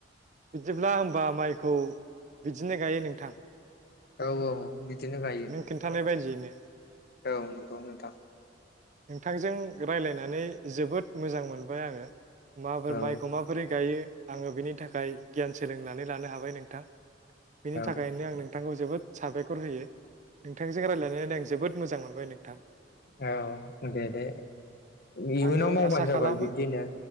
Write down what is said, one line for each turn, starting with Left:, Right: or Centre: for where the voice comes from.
Right: बिदिब्ला होनबा माइखौ बिदिनो गायो नोंथां।
Left: औ औ बिदिनो। गायो
Right: नों खिन्थानाय बायदियैनो।
Left: औ नंगौ ओं।
Right: नोंथांजों राय्लायनानै। जोबोद मोजां मोनबाय आङो। माफोर
Left: औ
Right: माइखौ माबोरै गायो। आङो बिनि थाखाय गियान सोलोंनानै लानो हाबाय नोंथां। बेनि
Left: औ
Right: थाखायनो आं नोंथांखौ जोबोद साबायखर। खर होयो। नोंथांजों रायज्लायनानै आं जोबोद। मोजां मोनबाय नोंथां।
Left: औ दे दे इयुनाव
Right: आङो
Left: मावबानो
Right: आसा खालामो
Left: जाबाय बिब्दिनो